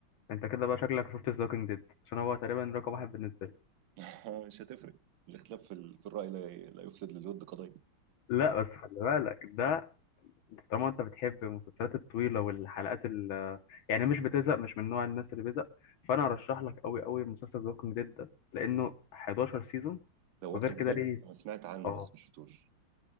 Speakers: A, on the left (about 70°); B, on the right (about 70°).
A: انت كده بقى شكلك شفت ذا ووكينج ديد عشان هو تقريبا رقم واحد بالنسبه لي
B: <laughs> مش هتفرق الاختلاف في, ال... في الرأي لا, لا يفسد للود قضية
A: لا بس خلي بالك ده طالما انت بتحب المسلسلات الطويله والحلقات ال يعني مش بتزهق مش من نوع الناس اللي بيزهق فانا ارشح لك قوي قوي مسلسل ذا ووكينج ديد ده لانه 11 سيزون
B: ذا ووكينج
A: وغير كده
B: ديد
A: ليه
B: انا سمعت عنه
A: اه
B: بس ما شفتوش